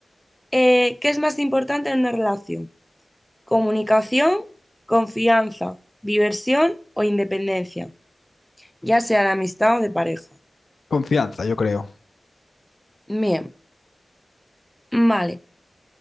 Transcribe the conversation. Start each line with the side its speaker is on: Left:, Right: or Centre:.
Centre: Eh, ¿qué es más importante en una relación? ¿Comunicación, confianza, diversión o independencia? Ya sea de amistad o de pareja.
Left: Confianza, yo creo.
Centre: Bien, vale.